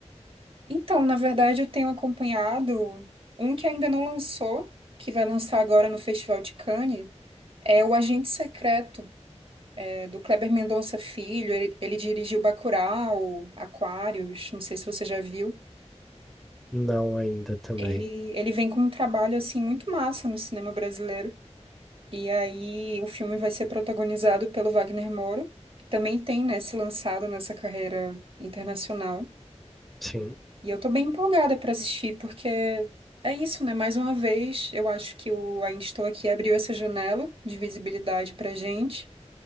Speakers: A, on the right (about 50°); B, in the centre.
A: Então, na verdade, eu tenho acompanhado um que ainda não lançou, que vai lançar agora no Festival de Cannes, é O Agente Secreto, é, do Kleber Mendonça Filho. Ele, ele dirigiu Bacurau, Aquários, não sei se você já viu.
B: Não ainda também.
A: Ele, ele vem com um trabalho assim muito massa no cinema brasileiro. E aí o filme vai ser protagonizado pelo Wagner Moura, que também tem, né, se lançado nessa carreira internacional.
B: Sim.
A: E eu tô bem empolgada para assistir, porque é isso, né? Mais uma vez, eu acho que o Ainda Estou Aqui abriu essa janela de visibilidade pra gente.